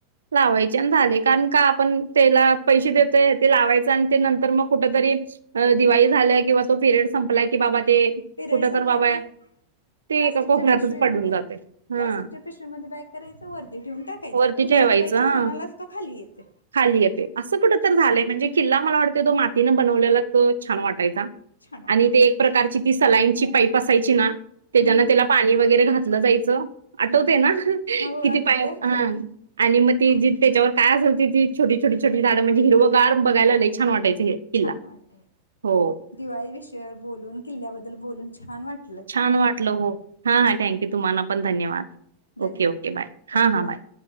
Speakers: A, on the right; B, on the left.
A: लावायचे झाले कारण का आपण त्याला पैसे देतोय, ते लावायच आणि ते नंतर. तर मग कुठ तरी, दिवाळी झाल्या किंवा तो पिरियड संपलाय, की बाबा ते कुठ
B: पिरियड संपला
A: तर बाबा
B: की
A: ते
B: प्लाॅस्टिकच्या
A: एका कोपऱ्यातच
B: पिशवीमध्ये
A: पडून जाते हा
B: प्लास्टिकच्या, पिशवीमध्ये बॅक करायचं वरती ठेवून टाकायचं.
A: वरती
B: पुढच्या
A: ठेवायचं
B: दिवाळीच्या,
A: हा
B: सणालाच तो खाली येते.
A: खाली येते असं कुठं तर झालंय, म्हणजे किल्ला मला वाटतो. तो मातीनं बनवलेला तो छान वाटायचा.
B: छान वाटल
A: आणि ते एक प्रकारची ती सलाईनची, पाईप असायची ना त्याच्याना
B: हम्म
A: त्याला पाणी वगैरे घात जायचं आठवते,
B: हम्म
A: ना
B: हो
A: किती
B: आठवते
A: पाया
B: आठवते
A: हा. आणि मग ती जी त्याच्यावर काय असेल, ती छोटी-छोट-छोटी झाडं म्हणजे. हिरो गार् बघायला लायची. छान वाटयचं हे. किल्ला.
B: छान वाटते
A: हो.
B: दिवाळी विषयावर बोलून, किल्ल्याबद्दल बोलून छान वाटते.
A: छान वाटलं हो, हा हा थँक्यू तुम्हाला, पण धन्यवाद
B: धन्यवाद
A: ओके ओके बाय हा
B: ओके
A: हां बाय.